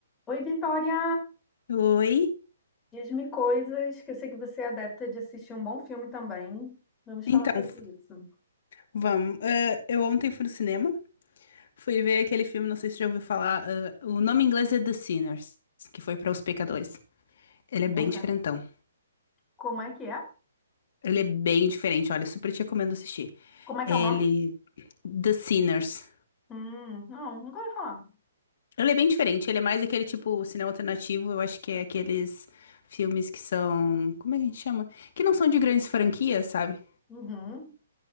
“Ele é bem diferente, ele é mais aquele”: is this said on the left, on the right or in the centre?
Left